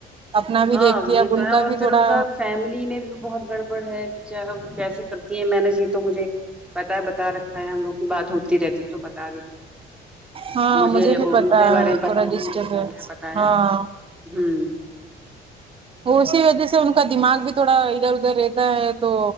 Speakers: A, on the right; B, in the centre.
A: اپنا بھی
B: ہاں
A: دیکھتی
B: یہ
A: اب
B: تو
A: ان
B: ہے
A: کا
B: اور
A: بھی تھوڑا
B: پھر ان کا فیملی میں بھی بہت گڑبڑ ہے اچا ا کیسے کرتی ہیں میں نے یہ تو مجھے بتا بتا رکھا ہے ہم لوگ کی بات ہوتی رہتی ہے تو ب
A: ہاں
B: مجھے ان
A: بھی پتا
B: کے ہی بارے میں پتا
A: تھوڑا
B: ہے انہیں
A: ڈسٹربینس
B: میرے بارے میں پتا
A: ہاں
B: ہے ہوں
A: اسی وجہ سے ان کا دماغ بھی تھوڑا ادھر ادھر رہتا ہے تو